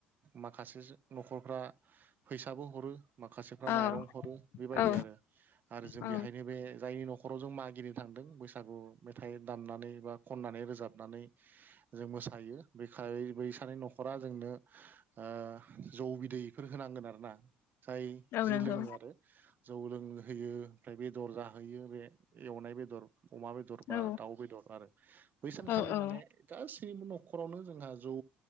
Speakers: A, on the right; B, on the left.
A: माखासेज न'खरफ्रा फैसाबो हरो माखासेफ्रा
B: औ
A: मा माइरं हरो बेबायदि
B: औ
A: आरो आरो जों
B: औ
A: बेहायनो बे जायनि नख खराव जों मागिनो थांदों बैसागु मेथाइ दामनानै बा खन्नानै रोजाबनानै जों मो सायो बेखाय बैस बा जोंनो ओ जौ बिदैफोर होनांगोन आरोना। जाय
B: औ
A: जि
B: नंगौ
A: लोङो आरो जौ लोंहैयो ओमफ्राय बेदर जाहोयो बे एवनाय बेदर। अमा बेदर बा
B: औ
A: दाउ बेदर आरो बै सानखालि
B: औ औ
A: माने गासैबो न'खरावनो जोंहा जौ